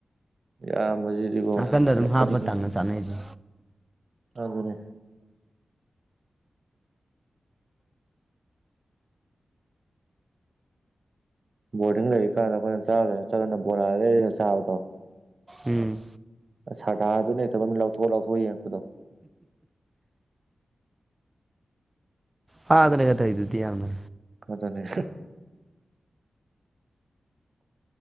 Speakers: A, on the right; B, on the right.
A: ꯌꯥꯝ ꯕꯖꯤꯗꯤꯀꯣ
B: ꯅꯥꯀꯟꯗ
A: ꯍꯥꯏꯔꯞ
B: ꯑꯗꯨꯝ ꯍꯥꯞꯄ
A: ꯑꯣꯅꯤꯡꯉꯦꯕ
B: ꯇꯪꯉ ꯆꯥꯅꯩꯗꯣ
A: ꯑꯗꯨꯅꯦ ꯕꯣꯔꯗꯤꯡ ꯂꯩꯔꯤ ꯀꯥꯟꯗ ꯑꯈꯣꯏꯅ ꯆꯥꯕ ꯌꯥꯔꯛꯇ꯭ꯔꯒꯅ ꯕꯣꯔꯥ ꯂꯩꯔ ꯂꯩꯔ ꯆꯥꯕꯗꯣ
B: ꯎꯝ
A: ꯁ꯭ꯔꯗꯥꯥ ꯑꯗꯨꯅꯥ ꯍꯦꯛꯇ ꯃꯥꯃꯤꯠ ꯂꯥꯎꯊꯣꯛ ꯂꯥꯎ ꯊꯣꯛꯑꯥ ꯌꯦꯡꯉꯛꯄꯗꯣ
B: ꯐꯥꯒꯅꯤ ꯇꯧꯏꯗꯨꯗꯤ ꯌꯥꯝꯅ
A: ꯑꯗꯨꯅꯤ